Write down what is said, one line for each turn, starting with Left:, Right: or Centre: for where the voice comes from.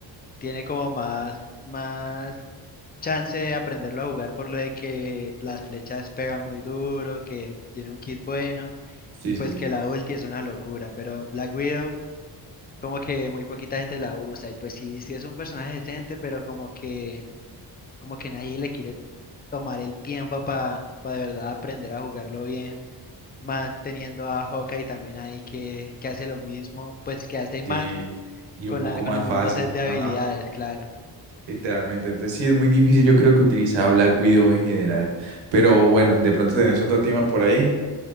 Left: tiene como más, más chance de aprenderlo a jugar por lo de que las flechas pegan muy duro, que tiene un kit bueno
Right: Sí,
Left: y pues
Right: sí, sí.
Left: que la ulti es una locura, pero Black Widow como que muy poquita gente la usa y pues sí, sí es un personaje decente, pero como que como que nadie le quiere tomar el tiempo para de verdad aprender a jugarlo bien, más teniendo a Hawkeye también ahí que, que hace lo mismo, pues que hace más
Right: Sí, y
Left: con
Right: un poco
Left: la, con
Right: más
Left: el
Right: fácil,
Left: mismo set de
Right: ajá,
Left: habilidades, claro.
Right: literalmente. Entonces sí es muy difícil, yo creo que utilizar Black Widow en general. Pero bueno, de pronto tenés otro tema por ahí.